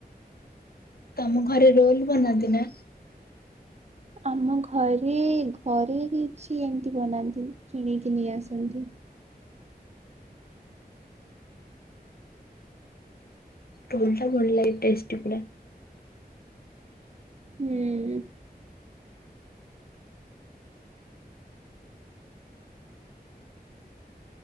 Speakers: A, on the left (about 65°); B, on the right (about 40°).
A: ଆମ ଘରେ ରୋଲ ବନାନ୍ତି ନା?
B: ଆମ ଘରେ ଘରେ କିଛି ଏମିତି ବନାନ୍ତିନି କିଣିକି ନେଇ ଆସନ୍ତି।
A: ରୋଲ୍ ଟା ଭଲ ଲାଗେ ଟେଷ୍ଟି ପୁରା।
B: ହୁଁ।